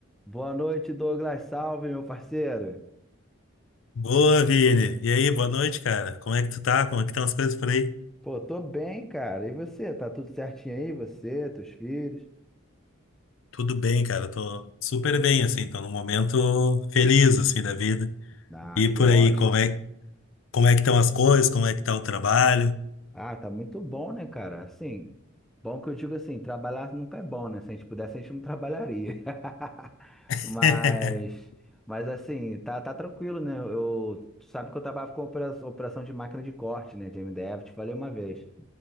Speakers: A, in the centre; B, on the left.
A: Boa noite, Douglas. Salve, meu parceiro.
B: Boa, Vini. E aí, boa noite, cara. Como é que tu tá? Como é que estão as coisas por aí?
A: Pô, tô bem, cara. E você? Tá tudo certinho aí? Você, teus filhos?
B: Tudo bem, cara. Tô super bem, assim. Tô num momento feliz, assim, da vida.
A: Ah,
B: E
A: que
B: por
A: ótimo.
B: aí, como é, como é que estão as coisas? Como é que tá o trabalho?
A: Ah, tá muito bom, né, cara? Assim, bom que eu digo assim, trabalhar nunca é bom, né? Se a gente pudesse, a gente não trabalharia. <laughs>
B: <laughs>
A: Mas, mas assim, tá, tá tranquilo, né? Eu, tu sabe que eu trabalho com opera- operação de máquina de corte, né, de MDF, te falei uma vez.